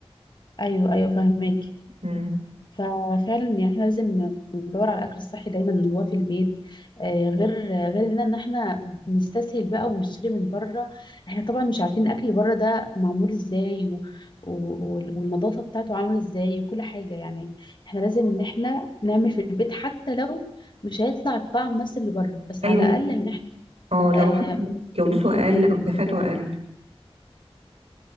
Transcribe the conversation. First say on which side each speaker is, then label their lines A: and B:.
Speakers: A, on the left; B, on the right.
A: ايوه ايوه فاهماكي
B: امم
A: ففعلا يعني احنا لازم ندور على الاكل الصحي دايما اللي هو في البيت آه، غير غير ان ان احنا نستسهل بقى ونشتري من بره احنا طبعا مش عارفين الاكل بره ده معمول ازاي و... و... وال- والنظافه بتاعته عامله ازاي وكل حاجه يعني احنا لازم ان احنا نعمل في البيت حتى لو مش هيطلع الطعم نفس اللي بره بس
B: ايوه
A: على الاقل ان احنا
B: اه
A: آه...
B: لو حتى جودته اقل
A: ن- ن-
B: او كفاءته اقل